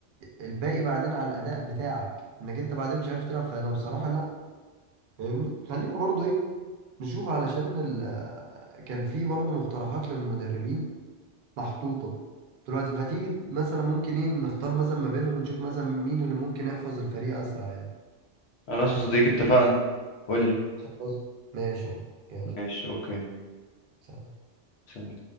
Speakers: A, on the right; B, on the left.
A: الباقي بعدين على الاداء بتاعك انك انت بعدين مش عارف تلعب فانا بصراحة لا فاهمني خلينا برضو ايه نشوف علشان ال... كان في برضو مقترحات للمدربين محطوطة دلوقتي فتيجي مثلا ممكن ايه نختار مثلا ما بينهم ونشوف مثلا مين اللي ممكن يحفظ الفريق اسرع يعني
B: خلاص يا صديقي اتفقنا قول لي
A: خلاص ماشي اهو يلا
B: ماشي أوكي
A: سلام
B: سلام.